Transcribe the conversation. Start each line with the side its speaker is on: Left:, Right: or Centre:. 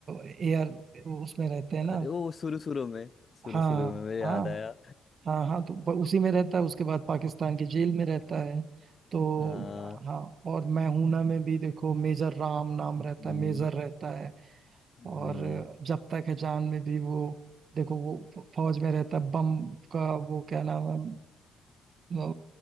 Right: एयर उसमें रहते हैं ना
Left: अरे वो शुरू शुरू में शुरू
Right: हाँ
Left: शुरू में मुझे याद
Right: हाँ
Left: आया
Right: हाँ हाँ तो ब- उसी में रहता है उसके बाद पाकिस्तान की जेल में रहता है तो
Left: हाँ
Right: हाँ और मैं हूं ना में भी देखो मेजर राम नाम रहता
Left: हम्म
Right: है मेजर रहता है
Left: हम्म,
Right: और जब तक है जान में भी वो देखो वो फौज में रहता है बम का वो क्या नाम है वो